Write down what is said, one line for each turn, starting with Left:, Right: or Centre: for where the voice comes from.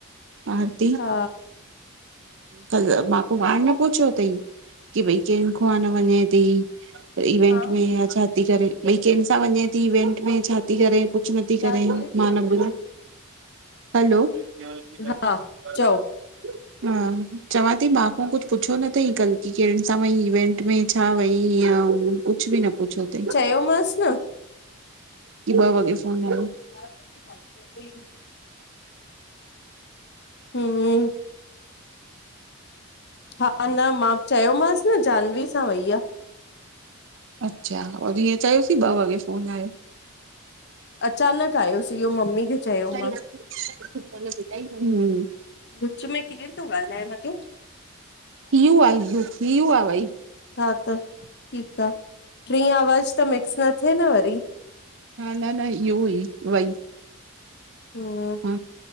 Right: आारती
Left: हा
Right: कल्ह मां खों पाण न पुछियो अथई की भई कहिं खो आ न वञे थी इवेंट
Left: हा
Right: में, या छा थी करे? भई कंहिंसां वञे थी इवेंट में, छा थी करे? कुछ नथी करे
Left: छा चई
Right: मां न बुधायो हलो <unintelligible>
Left: हा चओ
Right: हा चवां थी मांखों कुझु पुछो न अथई कल की केनि सां वंई इवेंट में छा वई हीअं कुझु बि न पुछो अथई
Left: चयोमास न
Right: की ॿ वॻे फोन
Left: पो
Right: आयो
Left: हुं हूं हा न मां चयोमांसि न जाहनवी सां वई आ
Right: अच्छा और हीअं चयोसीं ॿ वॻे फ़ोन आहियो
Left: अचानक आहियो सी इहो ममी खे चयो
Right: हूं
Left: मां विच में केर तो ॻाल्हाए मधु?
Right: ईयू आ ईयू पीहू आ भई
Left: हा त ठीकु आ ट्रिं आवाज त मिक्स न थे न वरी?
Right: हा न, न इहो हुई, वई।
Left: हुं
Right: हा